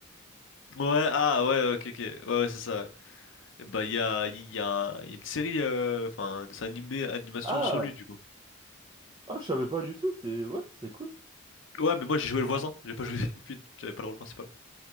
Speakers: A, on the left; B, on the right.
A: Ouais, ah ouais, ok, ok, ouais, ouais, c'est ça. ouais. Et bah, il y a, il y a, il y a une série, euh, enfin, un dessin animé, animation
B: Ah
A: sur lui du coup.
B: ah je savais pas du tout. C'est ouais c'est cool.
A: Ouais, mais moi j'ai joué le voisin, j'ai pas joué <laughs> j'avais pas le rôle principal.